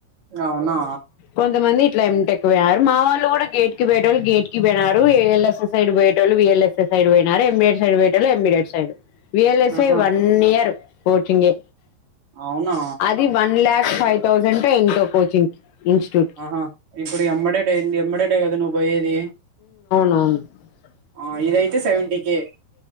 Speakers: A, on the right; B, on the left.
A: అవునా
B: కొంతమంది ట్ల ఎం టెక్ పోయారు మా వాళ్ళు కూడా గేట్ కి పోయేటళ్ళు గేట్కి పోయినారు ఏ ల్ ఎస్ సైడ్ బయట వాళ్ళు వి ఎల్ ఎస్ సైడ్ పోయినారు ఎం ఎ సైడ్ ఏలో ఎమీడిట్ side V L S
A: ఆహా
B: I వన్ ఇయర్ కోచింగే
A: అవునా
B: అది వన్ ల్యాక్ ఫైవ్ తౌసండ్ టెంటో కోచింగ్ ఇన్స్టిట్యూట్ కి
A: ఆహా ఇప్పుడు ఎమ్మడే ఏమ్మడటే కద నువ్ పోయేది
B: ఆ
A: ఆ ఇదై తే సేవేంటీ కె